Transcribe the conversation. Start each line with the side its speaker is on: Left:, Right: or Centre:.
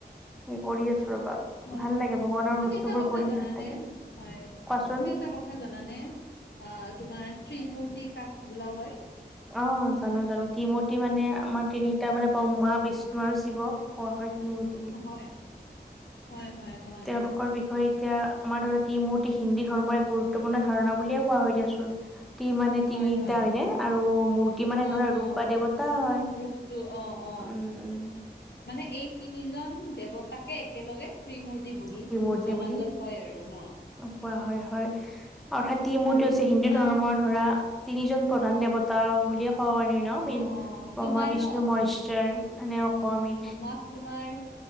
Centre: কি কৰি আছো ৰবা
Left: হয়
Centre: ভাল
Left: হয়
Centre: লাগে ভগৱানৰ
Left: তুমি
Centre: বস্তুবোৰ
Left: এটা কথা
Centre: পঢ়ি
Left: জানা
Centre: ভাল লাগে
Left: নে হয়
Centre: কোৱাচোন
Left: তুমি এটা ক কথা জানানে অ তোমাৰ ত্ৰিমূৰ্তি কাক বোলা হয়।
Centre: অ জানো জানো ত্ৰি মূৰ্তি মানে আমাৰ তিনিটা মানে ব্ৰহ্মা বিষ্ণু আৰু শিৱ কোৱা হয় কি ম
Left: হয় হয় হয়
Centre: তেওঁলোকৰ
Left: হয়
Centre: বিষয়ে এতিয়া আমাৰ ধৰা ত্ৰিমূৰ্তি হিন্দু ধৰ্মৰ এক গুৰুত্বপূৰ্ণ ধাৰণা বুলিয়ে কোৱা হয় দিয়াচোন ত্ৰি মানে
Left: হয়
Centre: তিনিটা
Left: হয়
Centre: হয়নে আৰু মূৰ্তি মানে
Left: অ
Centre: ধৰা
Left: অ
Centre: ৰূপ বা দেৱতা হয়।
Left: ৰূপটো অ অ
Centre: উম উম
Left: মানে এই তিনিজন দেৱতাকে একেলগে ত্ৰিমূৰ্তি বুলি
Centre: ত্ৰিমূৰ্তি
Left: জনাজত
Centre: বুলি
Left: হয় আৰু ন
Centre: কোৱা হয় হয় অৰ্থাৎ ত্ৰিমূৰ্তি
Left: আৰু
Centre: হৈছে হিন্দু
Left: তোমাৰ
Centre: ধৰ্মৰ ধৰা তিনিজন প্ৰধান দেৱতা বুলিয়ে কব পাৰি। ন
Left: অ
Centre: মেইন
Left: অ
Centre: ব্ৰক্ষা
Left: তোমাৰ
Centre: বিষ্ণু
Left: ন
Centre: মহেশ্বৰ মানে অসমী
Left: মাক তোমাৰ